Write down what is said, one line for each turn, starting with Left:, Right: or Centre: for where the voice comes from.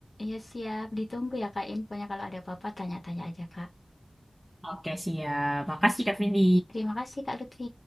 Left: Ya siap, ditunggu ya Kak infonya kalau ada apa-apa tanya-tanya aja Kak.
Centre: Oke, siap. Makasih, Kak Vindi.
Left: Terima kasih Kak Lutfi.